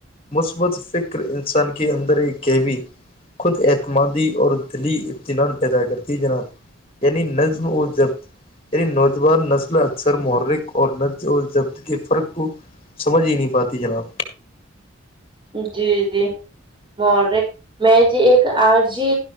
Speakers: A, on the left; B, on the right.
A: مثبت فکر انسان کے اندر ہی کیبی خود اعتمادی اور دلی ابطتینان پیدا کرتی جناب یعنی نظم اور جب یعنی نوجوان نسل اکثر محرک اور نز جو ضبط کے فرق کو سمجھ ہی نہیں پاتی جناب
B: جی جی م میں جی ایک آر جی